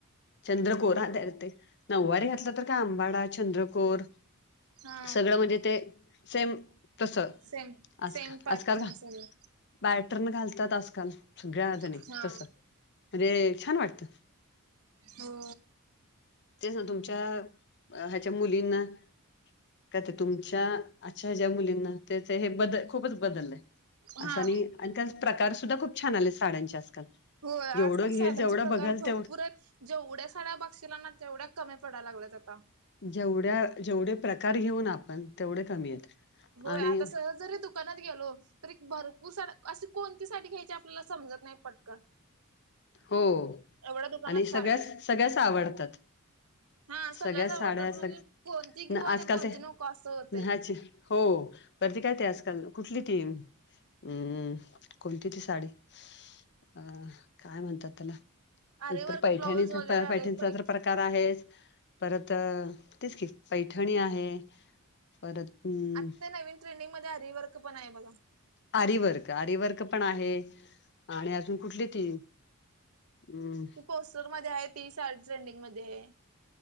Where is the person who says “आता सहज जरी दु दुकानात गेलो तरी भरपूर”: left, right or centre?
Right